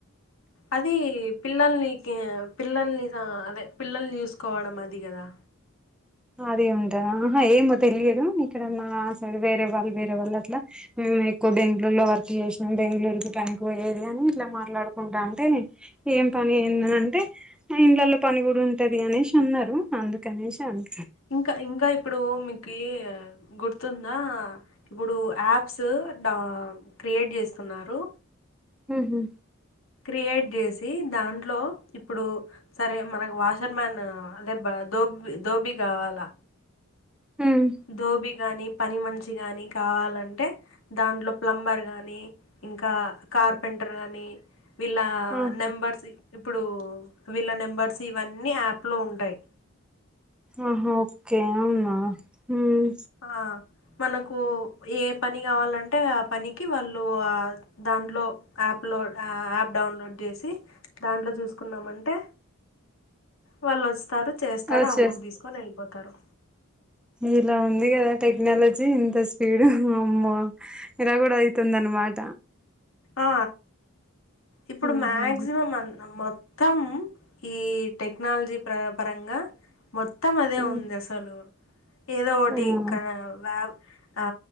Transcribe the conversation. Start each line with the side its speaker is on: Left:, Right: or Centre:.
Left: అది పిల్లల్ని పిల్లల్ని అదే పిల్లల్ని చూసుకోవడం అది కదా.
Centre: అదే ఉంటంది ఆహా ఏమో తెలియదు, ఇక్కడ మా సైడ్ వేరే వాళ్ళు వేరే వాళ్ళు అట్లా మేము ఎక్కువ బెంగ్ళూర్ లో వర్క్ చేసినాం. బెంగ్ళూర్ కి పనికి పోయేది అని ఇట్లా మాట్లాడుకుంటా అంటే ఏం పని ఎందన అంటే ఇండ్లలో పని కూడా ఉంటది అనేసి అన్నరు అందుకనేసి అన్న
Left: ఇంకా ఇంకా ఇప్పుడు మీకీ గుర్తుందా ఇప్పుడూ యాప్స్ డ క్రియేట్ చేస్తున్నారు.
Centre: హ్ హ్
Left: క్రియేట్ జేసి దాంట్లో ఇప్పుడు సరే మనకు వాషర్ మ్యాన్ లేబ దోబ్ దోబి కావాలా
Centre: హ్మ్
Left: దోబి గాని పని మనిచి గాని కావాలంటే దాంట్లో ప్లంబర్ గాని ఇంకా కార్పెంటర్ గానీ వీళ్ళా
Centre: ఆహా
Left: నెంబర్స్ ఇప్పుడు వీళ్ళ నెంబర్స్ ఇవన్నీ యాప్ లో ఉంటాయి
Centre: ఆహా ఒక్కె అవునా ఉమ్
Left: ఆ మనకు ఏ పని కావాలంటే ఆ పనికి వాళ్ళు అ దాంట్లో యాప్లోడ్ ఆ యాప్ డౌన్లోడ్ చేసి దాంట్లో చూసుకున్నామంటే వాల్ ఒస్తారు చేస్తారు
Centre: వచ్చేస్
Left: అమౌంట్ తీసుకొని ఎళ్ళిపోతారు
Centre: ఇలా ఉంది కదా టెక్నాలజీ ఇంత స్పీడ్ అమ్మ! ఇలా కూడా అయితుందన్ మాట
Left: ఆ ఇప్పుడు
Centre: ఆహాహా
Left: మాక్సిమం అన్ మోత్ త్తం ఈ టెక్నాలజీ ప్ర పరంగా మొత్తం అదే
Centre: హ్మ్
Left: ఉంది అస్ సలు ఏదో ఒకటి
Centre: హ్మ్
Left: కా వ్యాబ్ ఆ